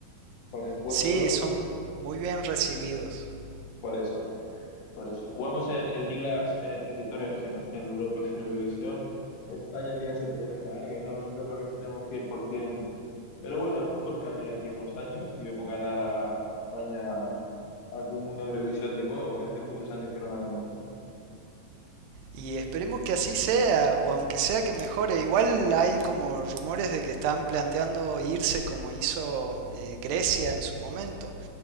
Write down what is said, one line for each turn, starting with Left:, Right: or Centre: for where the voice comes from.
Left: Por expuestos,
Right: Sí, son muy bien recibidos.
Left: por eso, por eso. Jugamos en, en ligas en territorio ajeno, en Europa, <laughs> en Eurovisión. España tiene ese problema, ¿eh? Que no, no conectamos 100%. Pero bueno, a lo mejor cambia de aquí a unos años y vemos ganar a, a España algún Eurovisión de nuevo, que hace muchos años que no ganamos, ¿eh?
Right: Y esperemos que así sea, o aunque sea que mejore. Igual hay como rumores de que están planteando irse como hizo eh, Grecia en su momento.